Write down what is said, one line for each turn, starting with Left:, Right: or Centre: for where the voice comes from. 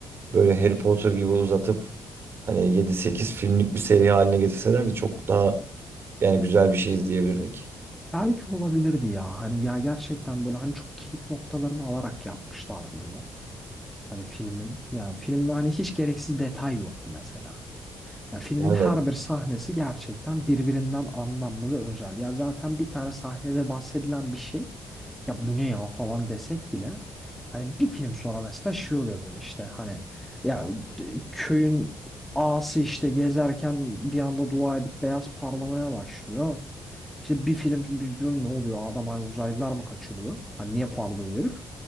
Right: böyle Harry Potter gibi uzatıp hani yedi sekiz filmlik bir seri haline getirselerdi çok daha yani güzel bir şey izleyebilirdik.
Centre: Belki olabilirdi ya. Hani ya gerçekten böyle hani çok kilit noktalarını alarak yapmışlardı bunu. Hani filmin yani filmde hani hiç gereksiz detay yoktu mesela. Ya filmin
Right: Aynen.
Centre: her bir sahnesi gerçekten birbirinden anlamlı ve özel. Ya zaten bir tane sahnede bahsedilen bir şey ya bu ne ya falan desek bile hani bir film sonra mesela şey oluyor böyle işte hani ya d- köyün ağası işte gezerken bir anda dua edip beyaz parlamaya başlıyor. İşte bir film biz diyoruz ne oluyor adam hani uzaylılar mı kaçırıyor? Hani niye parlıyor bu herif?